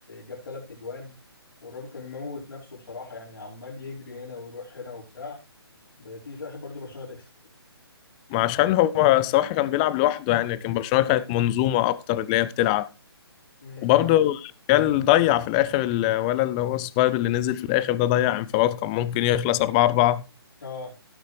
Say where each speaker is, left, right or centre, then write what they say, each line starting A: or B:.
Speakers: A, on the left (about 60°); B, on the left (about 15°).
A: جاب ثلاث اجوان والراجل كان موت نفسه بصراحه يعني عمال يجري هنا ويروح هنا وبتاع بتيجي في الاخر برضه برشلونه تكسب
B: ما عشان هو الصراحة كان بيلعب لوحده يعني لكن برشلونة كانت منظومة أكتر اللي هي بتلعب
A: أمم،
B: وبرضه
A: مع ان
B: ريال ضيع في الآخر الولا اللي هو الصغير اللي نزل في الآخر ده ضيع انفراد كان ممكن يخلص 4-4
A: اه